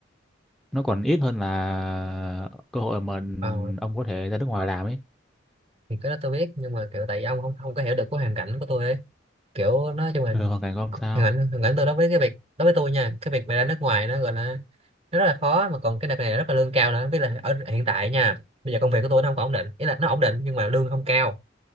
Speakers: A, in the centre; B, on the right.
A: nó còn ít hơn là cơ hội mà
B: ờ,
A: ông có thể ra nước ngoài làm ấy
B: thì cái đó tôi biết nhưng mà kiểu tại vì ông không không có hiểu được cái hoàn cảnh của tôi ấy kiểu nói chung là
A: ừ, hoàn cảnh của ông
B: hoàn
A: sao
B: cảnh hoàn cảnh tôi đối với cái việc đối với tôi nha cái việc mà ra nước ngoài nó gọi là nó rất là khó mà còn cái đợt này là rất là lương cao nữa với là ở hiện tại nha bây giờ công việc của tôi nó không có ổn định ý là nó ổn định nhưng mà lương không cao